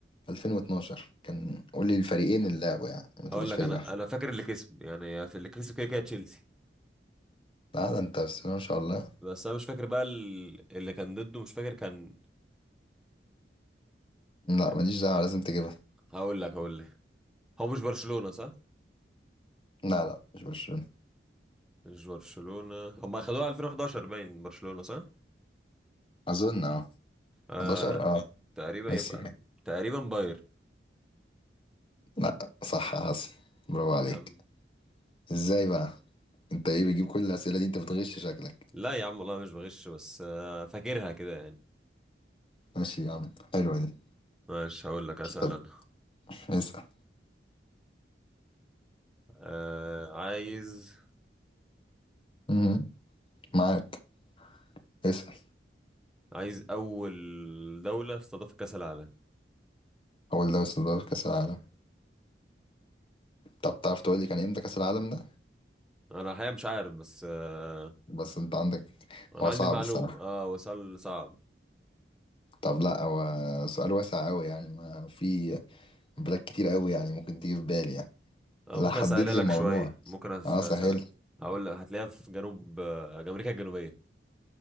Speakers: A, on the left; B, in the centre.
A: 2012 كان قول لي الفريقين اللي لعبوا يعني ما تقوليش
B: أقول لك
A: فريق
B: أنا
A: واحد
B: أنا فاكر اللي كسب يعني في اللي كسب كده كده تشيلسي
A: لا ده انت بس ما شاء الله
B: بس أنا مش فاكر بقى ال- اللي كان ضده مش فاكر كان
A: لا
B: كان
A: ماليش دعوه لازم تجيبها
B: هقول لك هقول لك هو مش برشلونة صح؟
A: لا لا مش برشلونه
B: مش برشلونة هم أخدوها 2011 باين برشلونة صح؟
A: اظن اه
B: آه
A: 11 اه
B: تقريبا
A: ميسي
B: يبقى تقريبا باير
A: لا صح يا حسن برافو
B: أه
A: عليك
B: يا عم
A: ازاي بقى انت ايه بتجيب كل الاسئله دي انت بتغش شكلك
B: لا يا عم والله مش بغش بس آه فاكرها كده يعني
A: ماشي يا عم حلوه دي
B: ماشي هقول لك أسأل
A: طب
B: أنا
A: اسال
B: آه عايز
A: مهم. معاك اسال
B: عايز أول دولة استضافت كأس العالم
A: هو اللي وصل دور كاس العالم طب تعرف تقول لي كان امتى كأس العالم ده
B: انا الحقيقه مش عارف بس آه،
A: بس انت عندك
B: انا
A: هو
B: عندي
A: صعب
B: المعلومه
A: الصراحة
B: اه وصل صعب
A: طب لا هو سؤال واسع قوي يعني ما في بلاد كتير قوي يعني ممكن تيجي في بالي يعني
B: آه
A: لا
B: ممكن
A: حدد
B: اسالها
A: لي
B: لك
A: الموضوع
B: شويه ممكن أس-
A: اه سهل
B: اسالها هقول لك هتلاقيها في جنوب آه، امريكا الجنوبيه